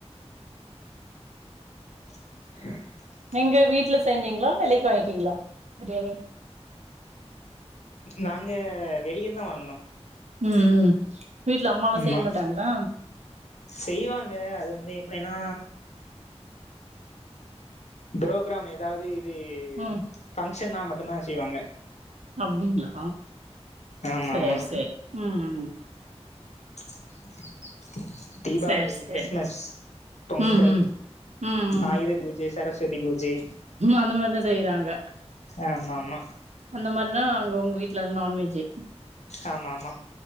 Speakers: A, on the left (about 80°); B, on the right (about 85°).
A: <inaudible>
B: நீங்க வீட்ல செஞ்சீங்களா வெலைக்கு வாங்கிட்டீங்களா பிரியாணி
A: நாங்க வெளிய தா வாங்குனோ
B: ம் ம் வீட்ல அம்மாலா
A: ஆமா
B: செய்ய மாட்டாங்களா
A: செய்வாங்க அது வந்து எப்டின்னா ப்ரோ க்ராம் ஏதாவது இது
B: ம்
A: ஃபங்க்ஷனா மட்டு தா செய்வாங்க
B: அப்டிங்ளா
A: ஆமா
B: சேரி
A: ஆமா
B: சேரி ம் ம்
A: <inaudible> தீபாவளி
B: சேரி சேரி
A: கிறிஸ்மஸ் பொங்கல்
B: ம் ம் ம்
A: ஆயுத பூஜ சரஸ்வதி பூஜை
B: அந்த மாரி தா செய்றாங்க
A: ஆமா ஆமா
B: அந்த மாரினா அங்க உங்க வீட்டுல நான்வெஜ்ஜு
A: ஆமா ஆமா